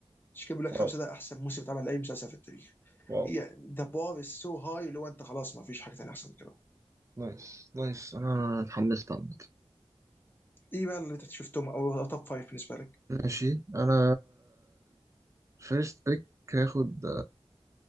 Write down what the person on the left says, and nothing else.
مش كده بيقول
لك خمسه ده احسن موسم اتعمل لاي مسلسل في التاريخ
يعني ذا بار از سو هاي اللي هو انت خلاص ما فيش حاجه ثانيه احسن من كده
ايه بقى اللي انت شفتهم او توب فايف بالنسبه لك؟